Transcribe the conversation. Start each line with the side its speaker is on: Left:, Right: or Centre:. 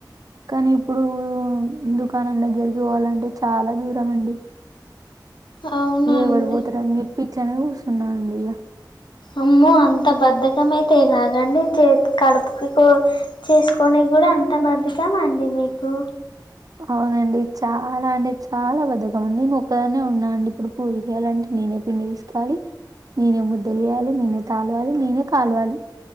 Right: కానీ ఇప్పుడు దుకాణం దగ్గరికి పోవాలంటే చాలా దూరం అండి.
Left: అవునండి
Right: ఏవడు పోతడని చెప్పి ఇట్లనే కూర్చున్నాండి ఇగ
Left: అమ్మో అంత బద్ధకమైతే ఎలాగండి చేత్ కడుపుకు కొ చేసుకొని గుడా అంత బద్దకమాండి మీకు
Right: అవునండి చాలా అంటే చాలా బద్దకం అండి. నేను ఒక్కదాన్నే ఉన్నా అండి ఇప్పుడు పూరీలు చేయలాంటే నేనే పిండి పిసకాలి నేనే ముద్ద చెయాలి నేనే తాలవాలి నేనే కాలవాలి.